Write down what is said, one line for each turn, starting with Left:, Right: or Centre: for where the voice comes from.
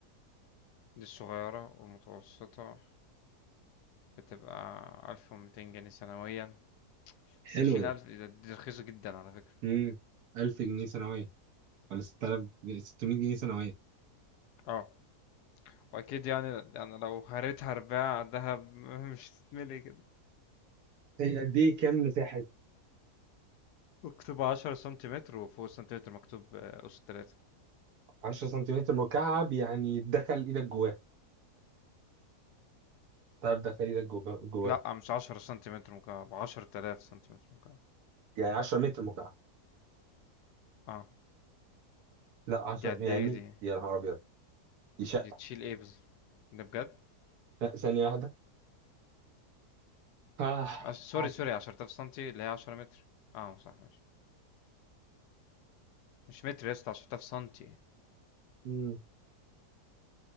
Left: دي الصغيرة والمتوسطة بتبقى ألف ومتين جنيه سنويا بس
Right: حلو
Left: عشرين
Right: ده
Left: ألف دي دي رخيصة جدا على فكرة
Right: امم 1000 جنيه سنوية ولا 6000 جنيه- 600 جنيه سنوية
Left: اه وأكيد يعني يعني لو هريتها أرباع دهب <laughs> مش تتملي كده
Right: هي قد ايه كام مساحة؟
Left: مكتوب عشرة سنتيمتر وفوق السنتيمتر مكتوب آه، أس تلاتة
Right: 10 سنتيمتر مكعب يعني دخل ايدك جواه تعرف دخل ايدك جواه جواه
Left: لأ مش عشرة سنتيمتر مكعب عشرة آلاف سنتيمتر مكعب
Right: يعني 10 متر مكعب
Left: اه
Right: لا 10
Left: دي قد
Right: يعني
Left: ايه
Right: 100
Left: دي؟
Right: يا نهار ابيض دي شقة
Left: دي تشيل ايه بز... ده بجد؟
Right: لا ثانية واحدة آه.
Left: عش... سوري
Right: عارف.
Left: سوري 10000 سنتي اللي هي 10 متر اه صح ماشي مش متر يا اسطى 10000 سنتي
Right: مم.